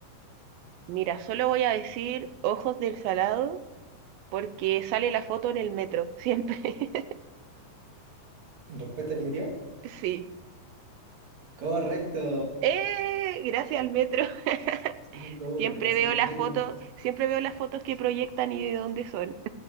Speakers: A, on the right; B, on the right.
A: mira, solo voy a decir ojos del salado porque sale la foto en el metro, siempre. <laughs>
B: ¿Respuesta definitiva?
A: Sí.
B: Correcto.
A: Eh, gracias al metro. <laughs>
B: 5-1,
A: Siempre
B: gracias
A: veo
B: al
A: las
B: metro.
A: fotos, siempre veo las fotos que proyectan y de dónde son.